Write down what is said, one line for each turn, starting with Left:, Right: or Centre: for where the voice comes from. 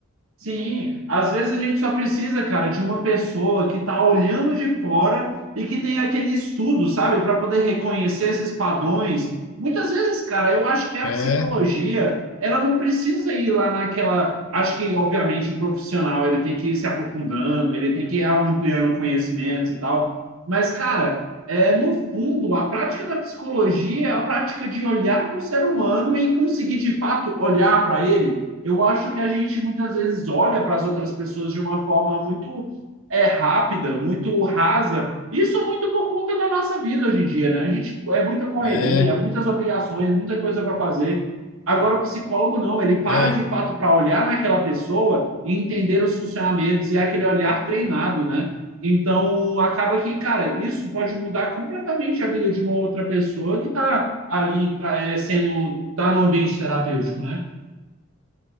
Right: Sim, às vezes a gente só precisa, cara, de uma pessoa que tá olhando de fora e que tem aquele estudo, sabe, para poder reconhecer esses padrões. Muitas vezes, cara, eu acho que a
Left: É,
Right: psicologia, ela não precisa ir lá naquela. Acho que, obviamente, o profissional, ele tem que ir se aprofundando, ele tem que ir ampliando conhecimentos e tal. Mas, cara, é, no fundo, a prática da psicologia é a prática de olhar para o ser humano e conseguir, de fato, olhar para ele eu acho que a gente muitas vezes olha para as outras pessoas de uma forma muito é, rápida, muito rasa. Isso muito por conta da nossa vida hoje em dia, né? A gente é muita correria,
Left: é.
Right: é muitas obrigações, muita coisa para fazer. Agora o psicólogo não, ele para
Left: É.
Right: de fato para olhar naquela pessoa e entender os funcionamentos e é aquele olhar treinado, né? Então acaba que, cara, isso pode mudar completamente a vida de uma outra pessoa que está ali tra- é, sendo tá no ambiente terapêutico, né?